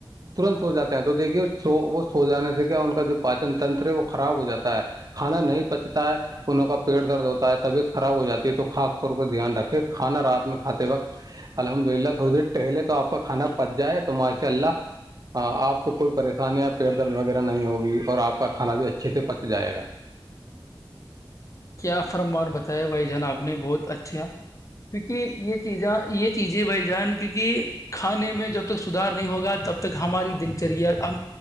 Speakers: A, on the right; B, on the left.
A: ترنت سو جاتے ہیں تو دیکھیے وہ سو جانے سے کیا ان کا جو پاچن تنتر ہے وہ خراب ہو جاتا ہے کھانا نہیں پچتا ہے انوں کا پیٹ درد ہوتا ہے طبیعت خراب ہو جاتی ہے تو خاص طور پہ دھیان رکھے کھانا رات میں کھاتے وقت الحمد للہ تھوڑی دیر ٹہلے تو آپ کا کانا پچ جائے تو ماشاء اللہ آپ کو کوئی پریشانیاں پیٹ درد وغیرہ نہیں ہوگی اور آپ کا کھانا بھی اچھے سے پچ جائے گا
B: کیا فرمان بتیا بھائی جان آپ نے بہت اچھا کیونکہ یہ چیزاں یہ چیزیں بھائی جان کیونکہ کھانے میں جب تک سدار نہیں ہوگا تب تک ہماری دنچریا اب